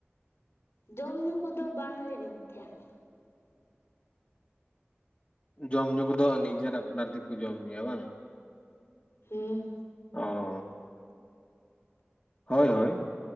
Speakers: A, on the left; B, on the left.
A: ᱡᱚᱢ ᱧᱩ ᱠᱚᱫᱚ ᱵᱟᱝᱞᱮ ᱮᱢᱟ ᱠᱚ ᱛᱟᱦᱮᱸᱟ,
B: ᱡᱚᱢ ᱧᱩ ᱠᱚᱫᱚ ᱱᱤᱡᱮᱨ ᱟᱯᱱᱟᱨ ᱛᱮᱠᱚ ᱡᱚᱢ ᱧᱩᱭᱟ ᱵᱟᱝ?
A: ᱦᱩᱸ,
B: ᱚᱻ ᱦᱳᱭ ᱦᱳᱭ